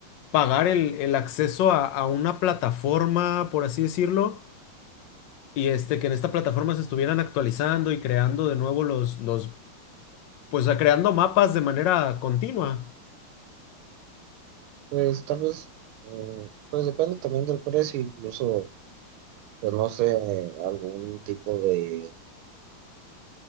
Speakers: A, on the left; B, on the right.
A: pagar el, el acceso a, a una plataforma, por así decirlo, y este, que en esta plataforma se estuvieran actualizando y creando de nuevo los, los, pues a- creando mapas de manera continua.
B: Pues tal vez, mm, pues depende también del precio, incluso, pues no sé, algún tipo de,